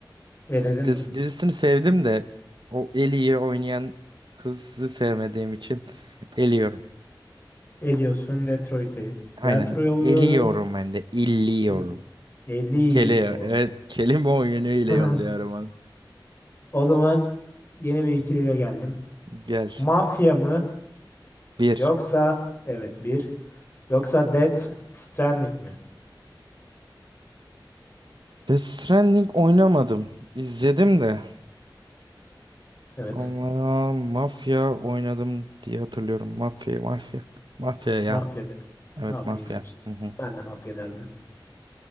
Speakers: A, on the left; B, on the right.
A: Eledim
B: diz-
A: mi?
B: dizisini sevdim de o Ellie'yi oynayan kızı sevmediğim için eliyorum.
A: Ediyorsun Detroit'i.
B: Aynen
A: Diğer tura yolluyorum.
B: eliyorum hem de illiyorum.
A: Hı. Eliyorum.
B: Bir kele, evet kelime oyunu ile
A: <laughs>
B: yolluyorum onu.
A: O zaman yeni bir ikiliye geldim.
B: Gel.
A: Mafya mı?
B: Bir.
A: Yoksa evet bir. Yoksa Death Stranding mi?
B: Death Stranding oynamadım. İzledim de.
A: Evet.
B: Ama mafya oynadım diye hatırlıyorum. Mafya, mafya. Mafya ya.
A: Mafya dedim.
B: Evet
A: Mafyayı
B: mafya.
A: seçtim.
B: Hı hı.
A: Ben de mafya derdim.